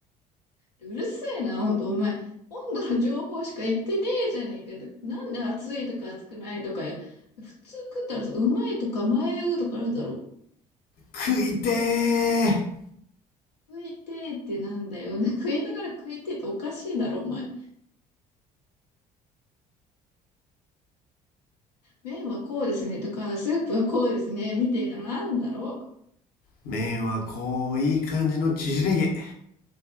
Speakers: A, on the left (about 75°); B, on the left (about 45°).
A: うるせえな、ほんと、お前。温度の情報しか言ってねえじゃねえかよ。なんで熱いとか熱くないとかよ。普通食ったらさ、うまいとか迷うとかあるだろ。
B: 食いてー
A: 食いてえってなんだよ。な食いながら食いてえっておかしいだろ、お前。麺はこうですねとか、スープはこうですね、みたいなのなんだろう
B: 麺はこういい感じの縮れ毛